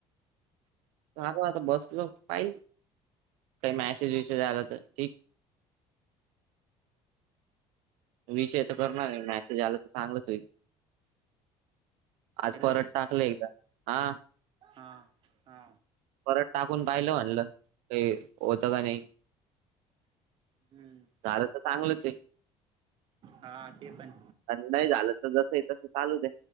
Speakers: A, on the right; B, on the right.
A: ल आता बसलं पाहिज काही मॅसेज विसेज आला तर ठीक विषय तर करणार नाही मॅसेज आला तर चांगलंच होई आज
B: हॅलो
A: परत टाकले एकदा हा
B: हा हा
A: परत टाकून पाहिलं म्हणलं का होत का नाही
B: हम्म
A: झालं तर चांगलंच आहे
B: हा ते पण
A: आणि नाही झालं तर जस आहे तसं चालू दे